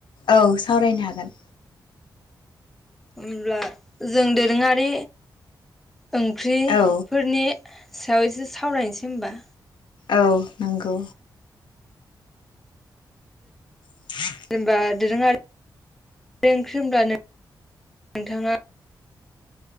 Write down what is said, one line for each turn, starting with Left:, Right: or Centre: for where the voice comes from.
Left: औ सावरायनो हागोन।
Centre: होमब्ला जों दोरोङारि ओंख्रिफोरनि।
Left: औ
Centre: सायाव एसे सावरायनोसै होनोमबा।
Left: औ नंगौ। <unintelligible>
Centre: जेनेबा दोरोङारि। ओंख्रि होनोब्ला नोंथाङा